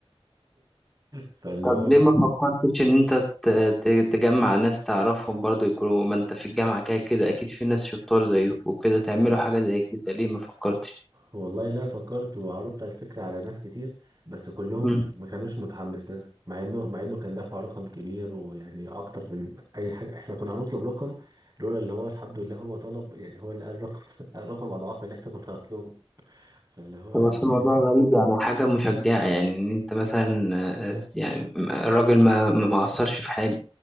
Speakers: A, on the right (about 35°); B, in the centre.
A: <laughs> فاللي
B: طب
A: هو
B: ليه ما فكرتش ان انت ت- ت- تجمع ناس تعرفهم برضو يكونوا ما انت في الجامعة كده كده اكيد في ناس شطار زيك وكده تعملوا
A: لا
B: حاجة زي كده ليه ما فكرتش
A: والله لا فكرت وعرضت الفكرة على ناس كتير بس كلهم
B: مم.
A: ما كانوش متحمس لها مع انه مع انه كان دافع رقم كبير ويعني اكتر من اي حاجة احنا كنا هنطلب رقم لولا اللي هو الحمد لله هو طلب يعني هو اللي قال رقم <laughs> الرقم اضعاف اللي احنا كنا هنطلبه فاللي هو
B: طب
A: يعني
B: بس الموضوع غريب يعني حاجة مشجعة يعني ان انت مثلا آه، يعني الراجل ما ما ما اثرش في حاجة